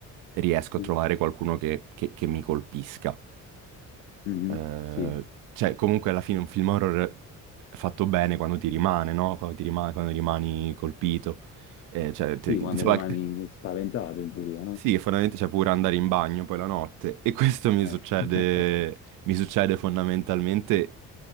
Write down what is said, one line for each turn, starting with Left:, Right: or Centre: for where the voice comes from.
Right: riesco
Left: Sì.
Right: a trovare qualcuno che, che- che mi colpisca.
Left: Mhm,
Right: Eh,
Left: Sì,
Right: cioè, comunque alla fine un film horror è fatto bene quando ti rimane, no? Quando ti rimane, quando rimani colpito. Eh, cioè, te-
Left: Sì, quando
Right: insomma,
Left: rimani spaventato in teoria, no?
Right: sì, fondamentalmente c'è pure andare in bagno poi la notte e questo mi
Left: Eh.
Right: succede,
Left: <laughs>
Right: mi succede fondamentalmente,